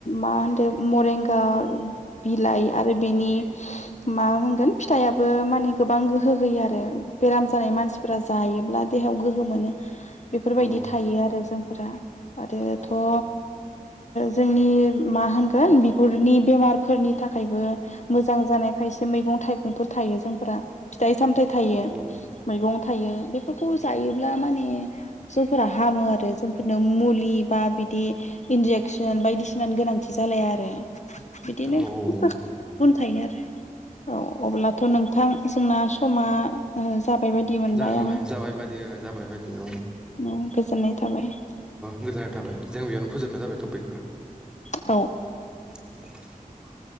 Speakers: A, on the left; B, in the centre.
A: मान <unintelligible> बिलाइ आरो बिनि मा होनगोन फिथाइया बो माने गोबां गोहो होयो आरो। बेराम जानाय मानसिफोरा जायोब्ला देहायाव गोहो मोनो। बेफोरबायदि
B: औ
A: थायो आरो जोंफोरा आरो
B: औ
A: थ' ओ जोंनि मा होनगोन गोन बिगुरनि बेमारफोरनि थाखायबो मोजां जानाय खायसे मैगं थाइगंफोर थायो। जों फोरा फिथाइ सामथाय थायो
B: औ
A: मैगं थायो बेफोरखौ जायोब्ला माने जोंफोरा हामो आरो जोंफोरनो मुलि बा बिदि इनजेकसन बायदिसिनानि गोनांथि जालाया आरो बिदिनो
B: औ
A: <unintelligible> <unintelligible> औ अब्लाथ' नोंथां जोंना समा ओ जाबाय बायदि मोनबाय
B: जाबाय
A: आं
B: बादि जाबाय बायदि औ औ
A: औ गोजोननाय थाबाय
B: गोजोननाय थाबाय। जों बेयावनो फोजोबनाय जाबाय टपिकखौ।
A: औ
B: लांदां